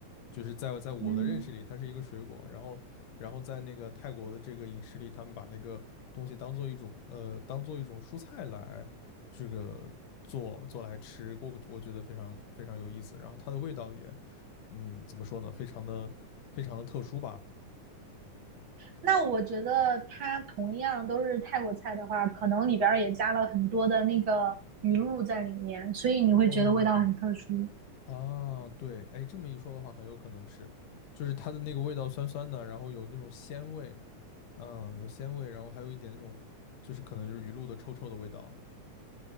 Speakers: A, on the left; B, on the right.
A: 就是在在我的认识里，
B: 嗯，
A: 它是一个水果，然后然后在那个泰国的这个饮食里，他们把那个东西当做一种呃当做一种蔬菜来这个做做来吃，我我觉得非常非常有意思，然后它的味道也嗯怎么说呢，非常的非常的特殊吧。
B: 那我觉得它同样都是泰国菜的话，可能里边儿也加了很多的那个鱼露在里面，所以你会觉得味道很特殊。
A: 哦啊，对，哎，这么一说的话，很有可能是，就是它的那个味道酸酸的，然后有那种鲜味，嗯，有鲜味，然后还有一点那种就是可能就是鱼露的臭臭的味道。